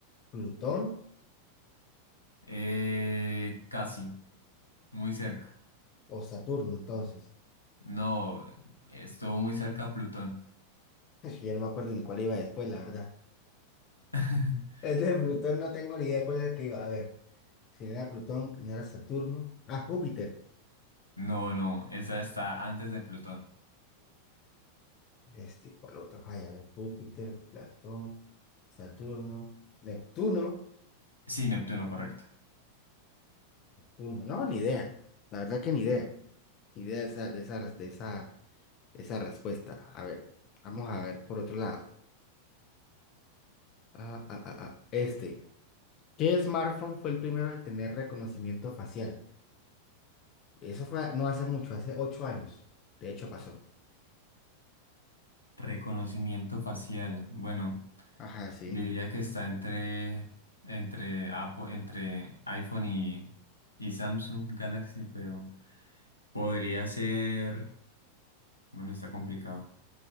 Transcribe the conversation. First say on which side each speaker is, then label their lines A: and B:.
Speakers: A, on the left; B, on the left.
A: Plutón
B: Eh, casi. Muy cerca.
A: o Saturno, entonces. <laughs>
B: No, estuvo muy cerca a Plutón.
A: Es que yo no me acuerdo ni cuál iba después, la verdad.
B: <laughs>
A: Es de Plutón, no tengo ni idea cuál era el que iba a ver. Si no era Plutón, que no era Saturno. Ah, Júpiter.
B: No, no, esa está antes de Plutón.
A: Este, por lo otro, ay, a ver, Júpiter, Platón, Saturno, Neptuno.
B: Sí, Neptuno, correcto.
A: Pum, No, ni idea. La verdad que ni idea. Ni idea de esa, de esa, de esa, de esa respuesta. A ver, vamos a ver por otro lado. Ah, ah, ah, ah. Este. ¿Qué smartphone fue el primero en tener reconocimiento facial? Eso fue no hace mucho, hace ocho años. De hecho, pasó.
B: Reconocimiento facial. Bueno,
A: Ajá, sí.
B: diría que está entre, entre Apple, entre iPhone y, y Samsung Galaxy, pero podría ser. Bueno, está complicado.